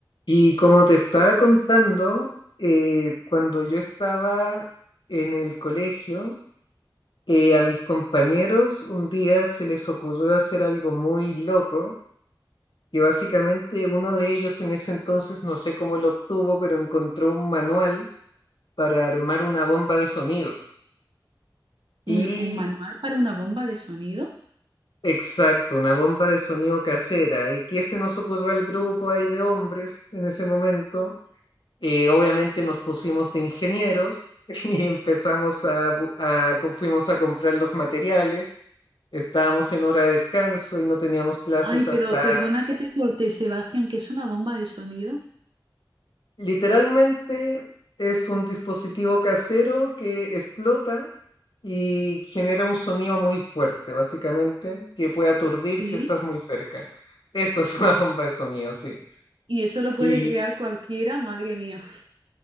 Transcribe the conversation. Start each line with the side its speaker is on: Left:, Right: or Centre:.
Left: Y como te estaba contando, eh, cuando yo estaba en el colegio, eh, a mis compañeros un día se les ocurrió hacer algo muy loco, que básicamente uno de ellos en ese entonces, no sé cómo lo obtuvo, pero encontró un manual para armar una bomba de sonido. Y
Right: ¿Un, un manual para una bomba de sonido?
Left: exacto, una bomba de sonido casera. ¿Y qué se nos ocurrió al grupo ahí de hombres en ese momento? Eh, obviamente nos pusimos de ingenieros <laughs> y empezamos a, bu- a co- fuimos a comprar los materiales. Estábamos en hora de descanso y no teníamos clases
Right: Ay, pero
Left: hasta...
Right: perdona que te corté, Sebastián, que es una bomba de sonido?
Left: Literalmente es un dispositivo casero que explota y genera un sonido muy fuerte, básicamente, que puede aturdir
Right: Sí.
Left: si estás muy cerca. Eso es una <laughs> bomba de sonido, sí.
Right: Y eso lo puede
Left: Y
Right: crear cualquiera, madre mía.